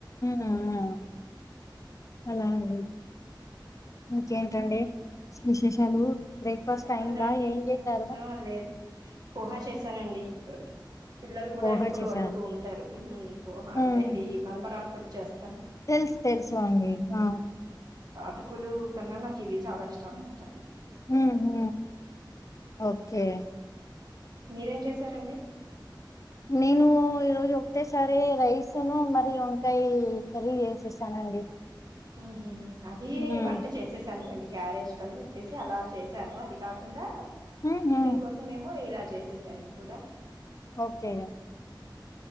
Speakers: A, on the left; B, on the right.
A: హ్మ్. అలా అండి ఇంకేంటండి
B: హ్మ్
A: విశేషాలు బ్రేక్‌ఫాస్ట్
B: చెప్పాలండి
A: అయిందా? ఏం చేశారు?
B: ఆ లేదు పోహా చేశానండి పిల్లలు కూడా
A: పోహ
B: ఎప్పుడు
A: చేశారు.
B: అడుగుతూ ఉంటారు హ్మ్ పోహ
A: హ్మ్.
B: అంటే ఇది మరమరాలు తుడుచేస్
A: తెలుసు తెలుసు అండి అహ్
B: టుకులు కన్నా నాకు ఇది చాలా ఇష్టం అనమాట
A: హ్ హు ఓకే
B: మీరేం చేశారండి
A: నేను ఈరోజు ఒకటేసారి రైస్ ఉన్నూ మరి వంకాయ కర్రీ చేసేసానండి
B: ఉహు అది
A: హ్మ్
B: వంట చేసేసానులేండి క్యారేజ్ కని చెప్పి చెప్పేసి అలా చేశాను అది కాకుండా
A: ఉహు
B: టిఫిన్ కోసం ఏమో ఈ రాజ్ చేసేసాను ఇది కూడా
A: ఓకే